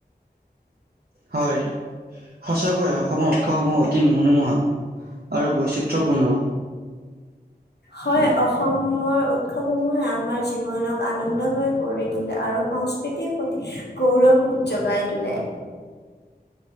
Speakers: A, on the right (about 65°); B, on the left (about 80°).
A: হয়, সঁচাকৈ অসমৰ উৎসৱসমূহ অতি মনোমোহন আৰু বৈচিত্ৰপূৰ্ণ।
B: হয়, অসমৰ উৎসৱসমূহে আমাৰ জীৱনক আনন্দময় কৰি তোলে আৰু সংস্কৃতিৰ প্ৰতি গৌৰৱবোধ জোগাই তোলে।